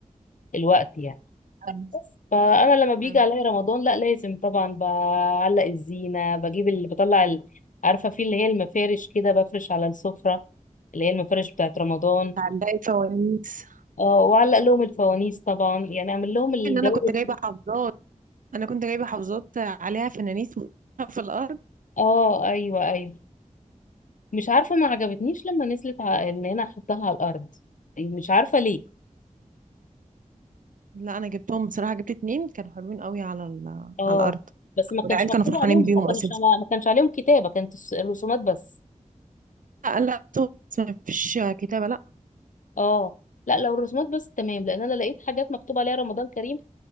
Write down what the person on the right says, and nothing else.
ايوه
أيوة.
تعلقي الفوانيس
ان انا كنت جايبه
حافظات انا كنت جايبه حافظات عليها فوانيس <laughs> في الارض
لا انا جبتهم بصراحه جبت اتنين كانوا حلوين قوي على ال-
على الارض
والعيال
كانوا فرحانين
بيهم
اساسا
لا لا ما فيش كتابه لا